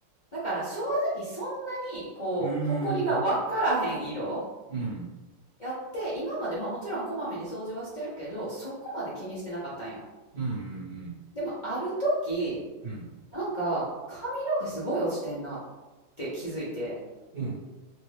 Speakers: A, on the left (about 75°); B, on the right (about 45°).
A: だから正直そんなにこう、
B: うん。
A: 埃が分からへん色
B: うん。うん
A: やって、今までまあもちろんこまめに掃除はしてるけど、そこまで気にしてなかったんよ。
B: うんうん。
A: でもある時、
B: うん。
A: なんか髪の毛すごい落ちてんなって気づいて、
B: うんうん